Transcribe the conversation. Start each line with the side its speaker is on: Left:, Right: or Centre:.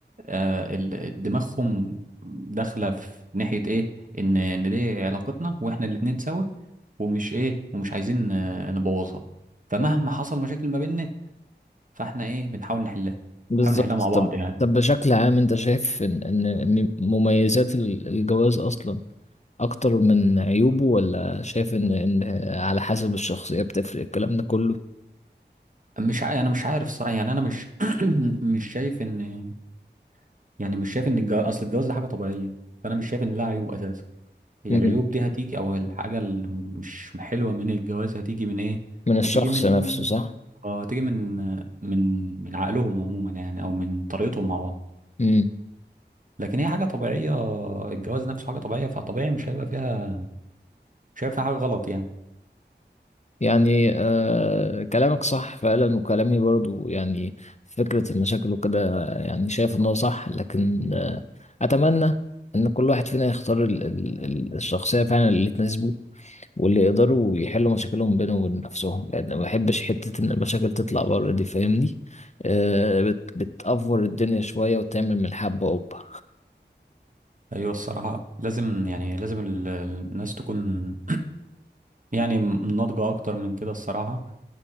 Right: آه، ال- دماغهم داخلة في ناحية ايه ان ان دي علاقتنا واحنا الاتنين سوا ومش ايه ومش عايزين آه، نبوظها فمهما حصل مشاكل ما بيننا فاحنا ايه بنحاول نحلها
Left: بالظبط
Right: بنحاول نحلها مع بعض
Left: طب
Right: يعني
Left: طب بشكل عام انت شايف ان ان م- مميزات ال- الجواز اصلا اكتر من عيوبه ولا شايف ان ان على حسب الشخصية بتفرق الكلام ده كله
Right: مش ع... انا مش عارف الصراحه يعني انا مش <clears throat> مش شايف ان يعني مش شايف ان الج... اصل الجواز ده حاجه طبيعيه فانا مش شايف ان لها عيوب اساسا هي
Left: مم.
Right: العيوب دي هتيجي او الحاجه اللي مش حلوه من الجواز هتيجي من ايه
Left: من الشخص
Right: هتيجي من
Left: نفسه صح
Right: اه هتيجي من من من عقلهم عموما يعني او من طريقتهم مع بعض
Left: مم.
Right: لكن هي حاجه طبيعيه الجواز نفسه حاجه طبيعيه فطبيعي مش هيبقى فيها مش هيبقى فيها حاجه غلط يعني
Left: يعني آه كلامك صح فعلا وكلامي برضو يعني فكرة المشاكل وكده يعني شايف ان هو صح لكن آه اتمنى ان كل واحد فينا يختار ال- ال- ال- الشخصية فعلا اللي تناسبه واللي يقدروا يحلوا مشاكلهم بينهم وبين نفسهم لان ما بحبش حته ان المشاكل تطلع بره دي فاهمني آه بت بتأفور الدنيا شويه وتعمل من الحبه قبه
Right: ايوه الصراحه لازم يعني لازم ال- الناس تكون يعني م- ناضجة أكتر من كده الصراحة